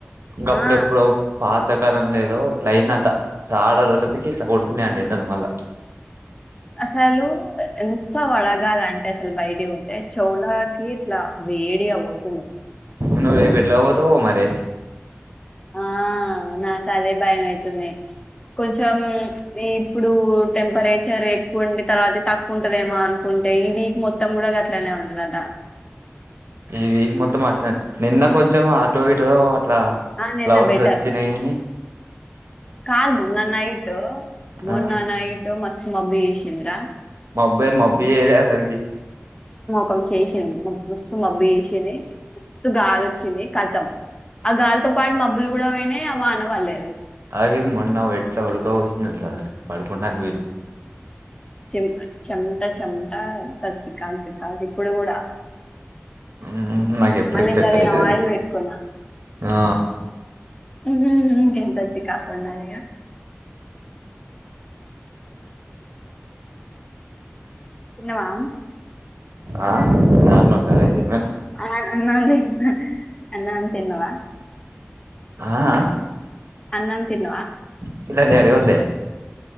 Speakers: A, on the right; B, on the left.
A: గప్పుడెప్పుడో
B: ఆ
A: పాత కదం లేదో ఇట్లా అయిందంట చాలా రోజులకి ఇట్లా కొడుతున్నాయంటఎండలు మళ్ళ
B: అసలు ఎంత వడగాలంటే అసలు బయటికి పోతే చోవ్లకి ఇట్లా వేడిగా పోతుంది
A: నువ్ రేపు ఎట్ల పోతవో మరి
B: ఆ నాకు అదే భాయమయితున్నై కొంచెం ఈ ఇప్పుడు టెంపరేచర్ ఎక్కువండి తర్వాత తక్కువ ఉంటదేమో అనుకుంటే ఈ వీక్ మొత్తం కూడా అట్లానే ఉంటదట
A: ఈ వీక్ మొత్తం అట్లా నిన్న కొంచెం ఆటో ఇటో అట్లా
B: ఆ నిన్న
A: క్లౌడ్స్
B: బెటర్
A: వచ్చినాయని
B: కాదు మొన్న నైట్ మొన్న
A: ఆ
B: నైట్ మస్త్ ష్ మబ్బుయేషంద్ర
A: మబ్బ మబ్బి ఎళ అసల్ కీ
B: కొ చేసింది మబ్బుస్స్ మబ్బేషిని వస్తూ గాలి వచ్చింది ఖతం ఆ గాలితో పాటు మబ్బులు కూడా పోయినయి అ వాన పడలేదు
A: అలాగే మొన్న ఎట్లా ఉడుకవోసింది తెలుసా పడుకుంటా <inaudible>
B: చెం చెమట చెమట అంత చికాకు చికాకు ఇప్పుడు కూడా
A: ఉమ్ నాకు ఎప్పుటికి
B: మళ్ళీ
A: సెట్
B: ఇంకా నేను
A: అయితుది
B: ఆయిల్ పెట్టుకున్నా
A: ఆ
B: ఊహూ ఇంకెంత చికాకుండాలిగ తిన్నవా
A: ఆ నార్మల్ కాల్ ఇదేమన్
B: ఆ అన్నం తిన్నా అన్నాం తిన్నవా
A: ఆ ఆ
B: అన్నం తిన్నవా
A: ప్పుడు దాన్ని అడుగొద్దే